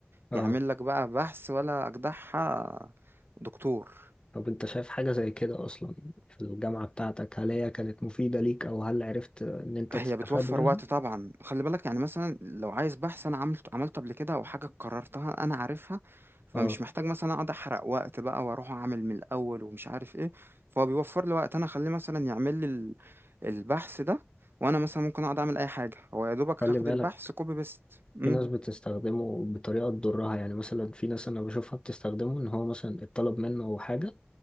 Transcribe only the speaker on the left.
اه
طب انت شايف حاجة زي كده اصلا في الجامعة بتاعتك هل هي كانت مفيدة ليك او هل عرفت ان انت
تستفاد
منها
اه
خلي
بالك
في ناس بتستخدمه بطريقة تضرها يعني مثلا في ناس أنا بشوفها بتستخدمه إن هو مثلا اتطلب منه حاجة